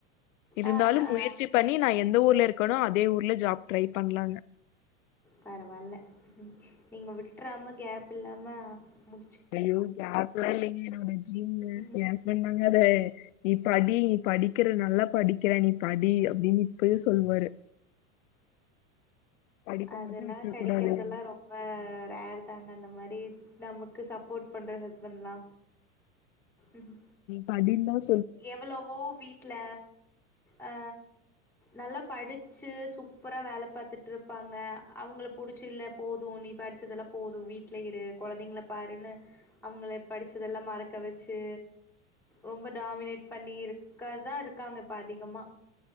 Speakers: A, on the left; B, in the centre.
A: இருந்தாலு
B: ஆ, ஆ,
A: முயற்சி
B: ஆ.
A: பண்ணி நா எந்த ஊர்ல இருக்கனோ அதே ஊர்ல ஜாப் ட்ரை பண்லான்ன
B: பரவால்ல நீங்க விட்றாம கேப் இல்லாம முடி
A: ஐயோ கேப்லா இல்லைங்க என்னோட ட்ரீம்ங்க
B: ம்ஹும்.
A: கேப் எல்லா கெடையா நீ படி நீ படிக்கிற நல்லா படிக்கிற நீ படி அப்டின்னு இப்பயு சொல்லுவாரு படிப்ப
B: அதெல்லா
A: மட்டு விட்ற
B: கெடைக்கிறதெல்லா
A: கூடாது இல்லைங்க
B: ரொம் ப ரேரு தாங்க அந்த மாரி நமக்கு சப்போர்ட் பண்ற ஹஸ்பண்ட்லா உம்
A: படின்தாங்க சொ
B: எவ்வளவோ வீட்டுல அ நல்லா படிச்சு சூப்பரா வேல பாத்துட்டு இருப்பாங்க அவுங்கள புடிச்சு இல்ல போது நீ படிச்சதெல்லா போது வீட்ல இரு கொழந்தைங்கள பாருன்னு அவுங்கள படிச்சதெல்லா மறக்க வச்சு ரொம்ப டாமினேட் பண்ணி இருக்காதா இருக்காங்க இப்ப அதிகமா